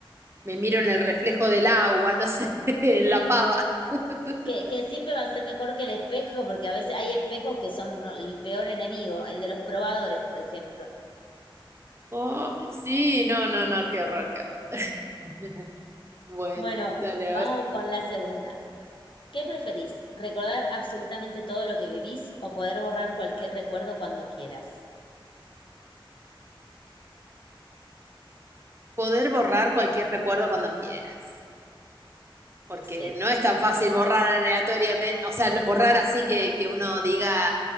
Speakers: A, on the right; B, on the left.
A: Me miro en el reflejo del agua, no sé, <laughs> en la pava. <laughs>
B: Que, que siempre va a ser mejor que el espejo, porque a veces hay espejos que son no- el peor enemigo, el de los probadores, por ejemplo.
A: Oh, sí, no, no, no, qué horror, qué horror. <laughs> Bueno,
B: Bueno,
A: dale,
B: vamos
A: a ver.
B: con la segunda. ¿Qué preferís? ¿Recordar absolutamente todo lo que vivís o poder borrar cualquier recuerdo cuando quieras?
A: Poder borrar cualquier recuerdo cuando quieras, porque
B: Sí.
A: no es tan fácil borrar aleatoriamente, o sea, borrar así que, que uno diga,